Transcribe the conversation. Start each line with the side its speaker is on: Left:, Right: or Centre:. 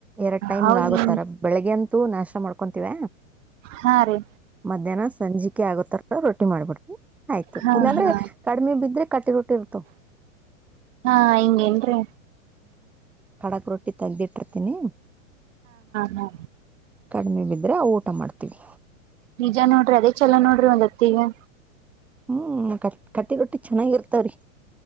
Centre: ಎರಡು ಟೈಮ್ಗೆ
Right: ಹೌದ
Centre: ಆಗತ್ತಾರ ಬೆಳಿಗ್ಗೆ ಅಂತೂ ನಾಷ್ಟ ಮಾಡ್ಕೊಂತೀಿವ
Right: ಹಾ ರೀ
Centre: ಮಧ್ಯಾಹ್ನ ಸಂಜಿಕೆ ಆಗೋತ್ತತ್ರ ರೊಟ್ಟಿ ಮಾಡ್ಬಿಡ್ತವಿ ಆಯ್ತು
Right: ಹಾ
Centre: ಇಲ್ಲಾಂದ್ರೆ
Right: ಹಾ
Centre: ಕಡಿಮೆ ಬಿದ್ರೆ ಕಟ್ಟಿ ರಟ್ಟಿರ್ತ
Right: ಹ ಹಿಂಗೇ ನ್ರಿೀ
Centre: ಕಡಕ್ ರೊಟ್ಟಿ ತೆಗ್ದಿಟ್ಟಿರ್ತೀನಿ
Right: ಹಾ
Centre: ಕಡಿಮೆ ಬಿದ್ದ ಆದ್ರೆ ಊಟ ಮಾಡ್ತೀವಿ
Right: ನಿಜ ನೋಡ್ರಿ ಅದೇ ಚಲೋ ನೋಡ್ರಿ ಒಂದ್ ಹತ್ತಿಿಗೆ
Centre: ಹ್ಮ್ ಕಟ್ ಕಟ್ಟಿ ರೊಟ್ಟಿ ಚೆನ್ನಾಗಿರ್ತವ್ರಿ